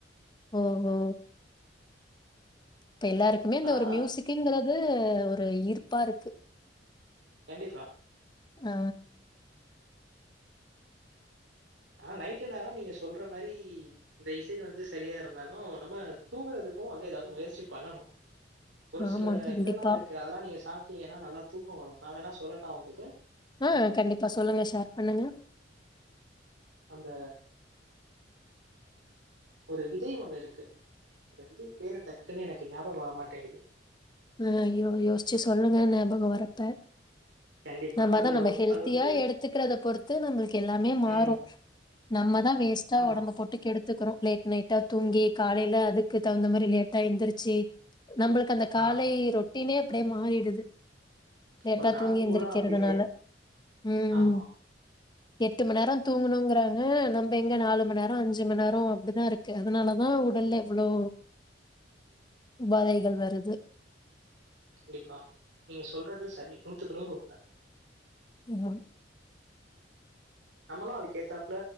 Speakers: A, on the left (about 25°); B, on the right (about 80°).
A: ஓஹோ இப்ப எல்லாருக்குமே இந்த
B: ஆனா
A: ஒரு மியூசிக்குங்கிறது ஆ ஒரு ஈர்ப்பா இருக்கு
B: கண்டிப்பா.
A: ஆ
B: ஆ நைட்டு நேரோ நீங்க சொல்ற மாரி இந்த இசை வந்து சரியா இருந்தாலு நம்ம தூங்குறதுக்கு வந்து எதாவது முயற்சி பண்ணணு ஒரு சில
A: ஆமா கண்டிப்பா.
B: இதெல்லா இருக்கு அதெல்லா நீங்க சாப் ட்டீங்கன்னா நல்லா தூக்கோ வரு நா வேண்ணா சொல்லட்டா உங்களுக்கு?
A: ஆ கண்டிப்பா சொல்லுங்க ஷேர் பண்ணுங்க
B: அந்த ஒரு விதை ஒண்ணு இருக்கு. அந்த விதை பேரு டக்குன்னு எனக்கு ஞாபகோ வரமாட்டேங்குது.
A: ஆ ஐயோ யோசிச்சு சொல்லுங்க ஞாபகோ வர்றப்ப.
B: கண்டிப்பா.
A: நம்ம
B: அந்த
A: அதா நம்ம ஹெல்த்தியா
B: அது வந்து
A: எடுத்துக்கிறத பொறுத்து நம்மளுக்கு எல்லாமே மாறு.
B: ம்.
A: நம்மதா வேஸ்ட்டா
B: ஆமா,
A: ஒடம்ப போட்டு கெடு த்துக்கறோ லேட் நைட்டா தூங்கி காலைல அதுக்கு தகுந்த மாரி லேட்டா எந்திரிச்சி நம்பளுக்கு அந் காலை
B: ஆமா.
A: ரொட்டீனே அப்டியே மாறிடுது லேட்டா
B: ஒரு நாள்
A: தூங்கி
B: பூரா
A: எந்திரிக்கிறதுனால
B: அப்படியே
A: ம்
B: ஆமா,
A: எட்டு மணி நேரோ தூங்கணுங்கறாங்க நம்ப எங்க நாலு மணி நேரோ அஞ்சு மணி நேரோ அப்டிதா இருக்கு. அதனாலதா உடல்ல இவ்ளோ உபாதைகள் வருது.
B: கண்டிப்பா. நீங்க சொல்றது சரி நூத்துக்கு நூறு உண்ம.
A: இது ம்
B: நம்மளு அதுக்கேத்தாப்ல